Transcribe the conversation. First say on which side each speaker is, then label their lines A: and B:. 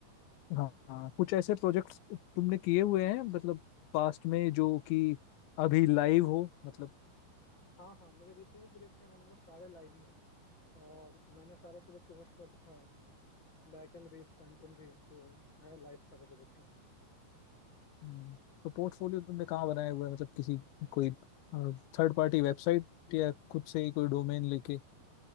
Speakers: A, on the left; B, on the left.
A: हाँ हाँ कुछ ऐसे प्रोजेक्ट्स तुमने किए हुए हैं मतलब पास्ट में जो कि अभी लाइव हो मतलब
B: हाँ हाँ मेरे जितने भी प्रोजेक्ट हैं ऑलमोस्ट सारे लाइव ही हैं और मैंने सारे प्रोजेक्ट को होस्ट कर रखा है बैकएंड भी फ्रंट एंड भी तो है life server projector
A: हम्म, तो पोर्टफोलियो तुमने कहाँ बनाया हुआ है मतलब किसी कोई थर्ड पार्टी वेबसाइट या खुद से ही कोई डोमेन लेके